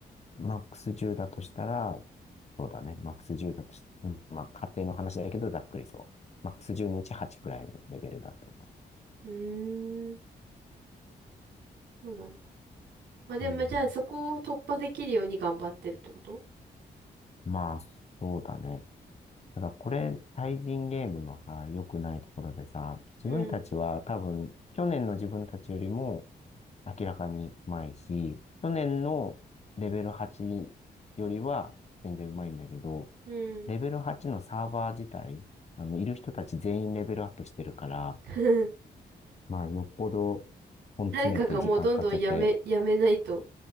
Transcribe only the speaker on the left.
マックス10だとしたら、そうだね。マックス10だとし、うんまあ、家庭の話だけど、ざっくりそう。マックス10のうち8くらいのレベルだと思
う。うん。
まあ、そうだね。ただ、これ、対人ゲームのさ、良くないところでさ、自分たちは多分、
去年の自分たちよりも明らかにうまいし、去年のレベル8よりは全然うまいんだけど、
レベル8のサーバー自体、あの、いる人たち全員レベルアップしてるから、
まあ、よっぽど根詰めて時間かけて、